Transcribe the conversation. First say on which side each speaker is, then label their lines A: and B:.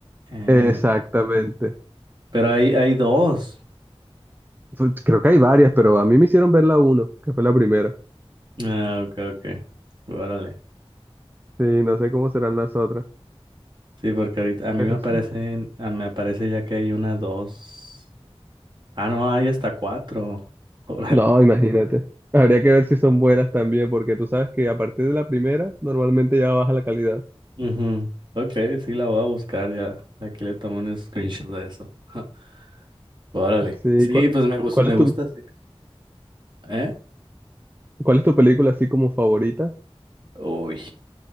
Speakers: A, on the right; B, on the right.
A: Eh,
B: Exactamente.
A: pero hay, hay dos.
B: Fu- Creo que hay varias, pero a mí me hicieron ver la uno, que fue la primera.
A: Ah, ok, ok. Órale.
B: Sí, no sé cómo serán las otras,
A: Sí, porque ahorita a mí
B: pero
A: me aparecen,
B: sí.
A: ah, me aparece ya que hay una, dos. Ah, no, hay hasta cuatro. <laughs> Órale.
B: No, imagínate. Habría que ver si son buenas también, porque tú sabes que a partir de la primera normalmente ya baja la calidad.
A: Ujú. Ok, sí la voy a buscar ya. Aquí le tomo un screenshot de eso. Ja, Órale.
B: Sí,
A: Sí,
B: ¿cu-
A: pues me, gus-
B: ¿cuál
A: me
B: es
A: gusta.
B: tu,
A: ese- ¿Eh?
B: cuál es tu película así como favorita?
A: Uy,